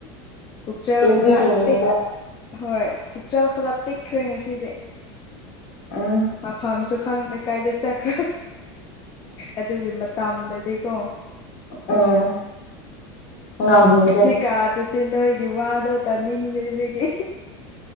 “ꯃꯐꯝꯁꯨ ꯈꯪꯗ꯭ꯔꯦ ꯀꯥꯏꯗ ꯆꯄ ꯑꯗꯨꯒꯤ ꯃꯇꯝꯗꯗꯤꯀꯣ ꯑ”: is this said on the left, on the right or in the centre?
Left